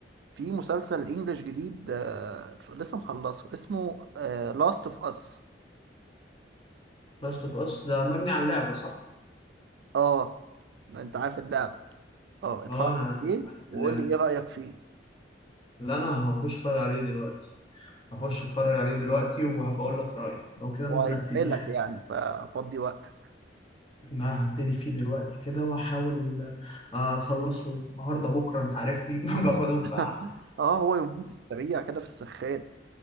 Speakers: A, on the right; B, on the left.
A: في مسلسل انجليش جديد آه، لسه مخلصه اسمه لاست اوف اس
B: لاست اوف اس ده مبني على اللعبة صح؟
A: اه ده انت عارف اللعبه اه اتفرج
B: اه انا
A: عليه
B: عارف
A: وقول
B: اللعبة
A: لي ايه رايك فيه
B: لا انا هخش اتفرج عليه دلوقتي هخش اتفرج عليه دلوقتي وهبقى اقول لك رأيي لو كده
A: وهيسحلك
B: ممكن ابتدي حاجة
A: يعني ففضي وقتك
B: انا هبتدي فيه دلوقتي كده واحاول آه، اخلصه النهارده بكره انت عارفني <laughs> باخدهم
A: <laughs>
B: في قعده
A: اه هو يومين في السريع كده في السخان